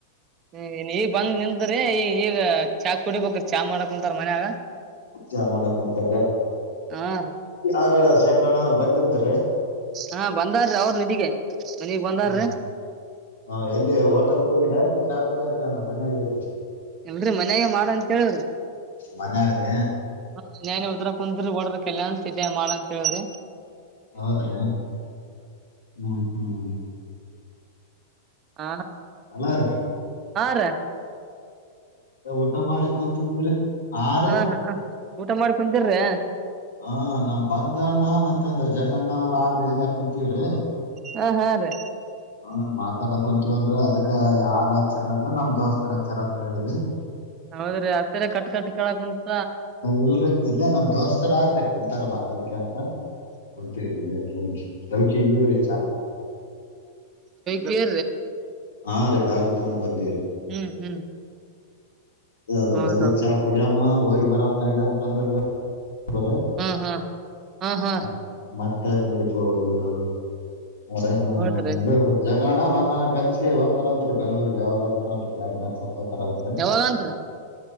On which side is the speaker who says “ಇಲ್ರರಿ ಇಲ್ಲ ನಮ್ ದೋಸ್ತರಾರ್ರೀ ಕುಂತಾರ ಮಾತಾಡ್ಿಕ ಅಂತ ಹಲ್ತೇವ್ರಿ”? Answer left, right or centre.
Left